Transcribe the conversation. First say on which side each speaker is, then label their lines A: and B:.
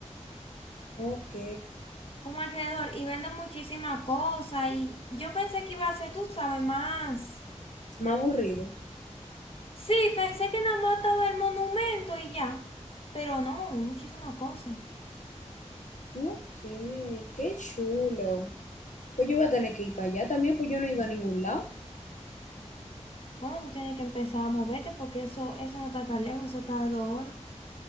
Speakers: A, on the left; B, on the left.
A: ok.
B: como alrededor. Y venden muchísimas cosas y yo pensé que iba a ser, tú sabes, más.
A: Más aburrido.
B: Sí, pensé que nada más estaba el monumento y ya, pero no, muchísimas cosas.
A: Ok, qué chulo. Pues yo voy a tener que ir para allá también, pues yo no he ido a ningún lado.
B: Bueno, tú tienes que empezar a moverte porque eso, eso no está tan lejos, eso está a dos horas.